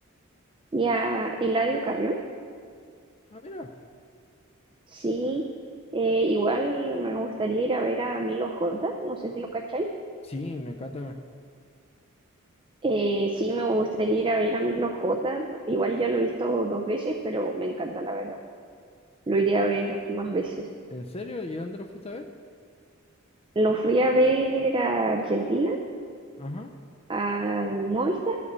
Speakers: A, on the right (about 25°); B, on the left (about 30°).
A: y a Eladio Carrión.
B: Ah, mira.
A: Sí, eh, igual me gustaría ir a ver a Milo J, no sé si lo cacháis.
B: Sí, me encanta,
A: Eh, sí, me gustaría ir a ver a Milo J. Igual ya lo he visto dos veces, pero me encanta, la verdad. Lo iría a ver más veces.
B: ¿En serio? ¿Y dónde lo fuiste a ver?
A: Lo fui a ver a Argentina,
B: Ajá.
A: al Movistar,